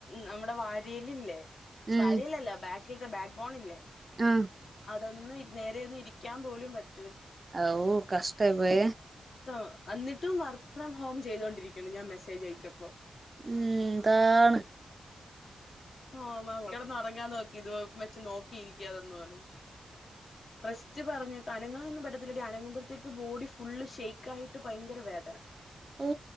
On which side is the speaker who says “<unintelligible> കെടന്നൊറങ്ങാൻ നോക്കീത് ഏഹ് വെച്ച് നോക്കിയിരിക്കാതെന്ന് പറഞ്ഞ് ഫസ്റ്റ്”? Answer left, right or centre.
Left